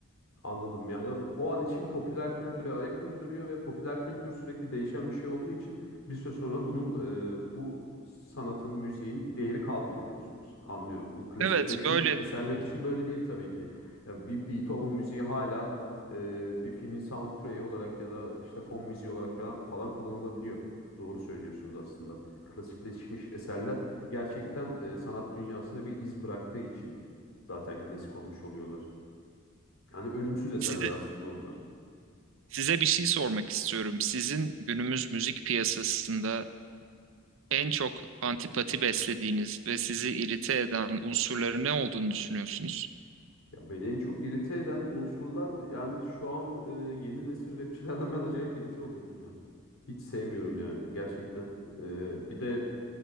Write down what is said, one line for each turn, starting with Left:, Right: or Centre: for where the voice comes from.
Left: Anladım yani o an için popüler kültüre ayak uyduruyor ve popüler kültür sürekli değişen bir şey olduğu için bir süre sonra bunun e, bu sanatın, müziğin değeri kalmıyor diyorsunuz. Anlıyorum. Bu klasikleşmiş
Right: Evet, böyle
Left: eserler için böyle değil tabii ki. Ya bir Beethoven müziği hala e, bir filmin soundtrack'i olarak ya da işte fon müziği olarak falan, falan kullanılabiliyor. Doğru söylüyorsunuz aslında. Klasikleşmiş eserler gerçekten e, sanat dünyasına bir iz bıraktığı için zaten klasik olmuş oluyorlar. Yani ölümsüz eserler
Right: size,
Left: aslında onlar.
Right: size bir şey sormak istiyorum. Sizin günümüz müzik piyasasında en çok antipati beslediğiniz ve sizi irite eden unsurları ne olduğunu düşünüyorsunuz?
Left: Ya beni en çok irite eden unsurlar yani şu an e, yeni nesil rapçilerden <laughs> ben acayip irite oluyorum ya. Hiç sevmiyorum yani gerçekten. E, bir de